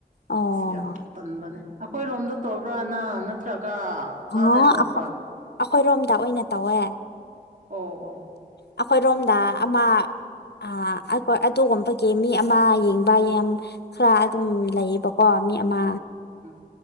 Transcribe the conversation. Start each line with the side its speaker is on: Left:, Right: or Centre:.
Left: ꯑꯣ
Right: ꯌꯥꯝ ꯇꯟꯕꯅꯦ ꯑꯩꯈꯣꯏꯔꯣꯝꯗ ꯇꯣꯕ꯭ꯔꯥꯅꯥ ꯅꯠꯇ꯭ꯔꯒ
Left: ꯑꯣ
Right: ꯑꯗꯩ ꯇꯣꯕ꯭ꯔꯥ
Left: ꯑꯩꯈꯣꯏꯔꯣꯝꯗ ꯑꯣꯏꯅ ꯇꯧꯋꯦ
Right: ꯑꯣ ꯑꯣ
Left: ꯑꯩꯈꯣꯏꯔꯣꯝꯗ ꯑꯃ ꯑꯥ ꯑꯩꯈꯣꯏ ꯑꯗꯨꯒꯨꯝ ꯐꯩꯒꯤ ꯃꯤ ꯑꯃ ꯌꯦꯡꯕ ꯌꯥꯝ ꯈꯔ ꯑꯗꯨꯝ ꯂꯩꯌꯦꯕꯀꯣ ꯃꯃꯤ ꯑꯃ
Right: ꯎꯝ